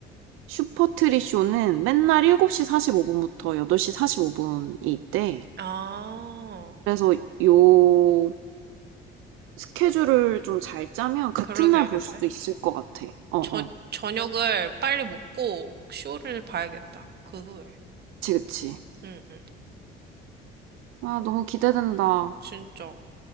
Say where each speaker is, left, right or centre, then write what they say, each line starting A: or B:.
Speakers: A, on the right; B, on the right.
A: 슈퍼트리 쇼는 맨날 7시 45분부터 8시 45분이 있대.
B: 아,
A: 그래서 요 스케줄을 좀 잘 짜면 같은
B: 그러게야겠네.
A: 날 볼 수도 있을 것 같아. 어, 어.
B: 저, 저녁을 빨리 먹고 쇼를 봐야겠다. 그 후에.
A: 그치, 그치.
B: 응, 응.
A: 아, 너무 기대된다.
B: 진짜.